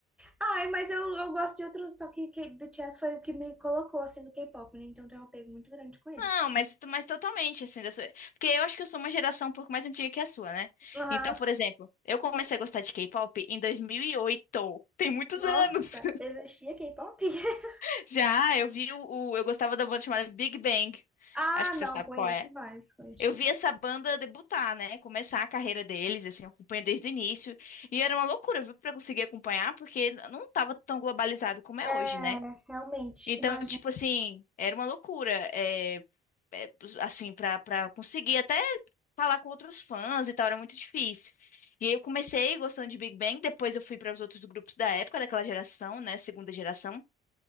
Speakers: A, in the centre; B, on the left.
A: Ai, mas eu, eu gosto de outros, só que, que BTS foi o que me colocou assim no K-pop, né? Então tem um apego muito grande com eles.
B: Não, mas, mas totalmente, assim, da sua... porque eu acho que eu sou uma geração um pouco mais antiga que a sua, né?
A: Aham.
B: Então, por exemplo, eu comecei a gostar de K-pop em 2008, tem muitos
A: Nossa,
B: anos.
A: existia K-pop? <laughs>
B: <laughs> Já, eu vi o... o- Eu gostava da banda chamada Big Bang,
A: Ah,
B: acho que
A: não,
B: você sabe
A: conheço
B: qual é.
A: mais conheço
B: Eu
A: demais.
B: vi essa banda debutar, né? Começar a carreira deles, assim, eu acompanho desde o início. E era uma loucura, viu, pra conseguir acompanhar, porque não estava tão globalizado como é
A: É,
B: hoje, né?
A: realmente,
B: Então,
A: imagino
B: tipo assim, era uma loucura. É... é, assim, pra, pra conseguir até falar com outros fãs e tal, era muito difícil. E aí eu comecei gostando de Big Bang, depois eu fui para os outros grupos da época, daquela geração, né, segunda geração.